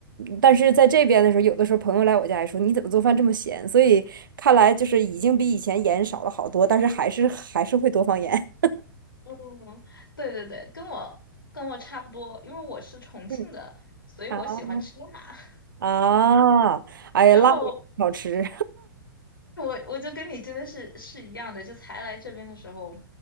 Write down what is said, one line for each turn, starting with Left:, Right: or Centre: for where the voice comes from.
Right: 但是在这边的时候，有的时候朋友来我家也说：“你怎么做饭这么咸？”所以看来就是已经比以前盐少了好多，但是还是还是会多放盐。
Left: 嗯，对对对，跟我跟我差不多，因为我是重庆的，
Right: <laughs>
Left: 所以我喜欢吃辣。
Right: 嗯
Left: <laughs>
Right: 啊，哎呀，
Left: 然后
Right: 辣也好吃。
Left: 我我就跟你真的是是一样的，就才来这边的时候，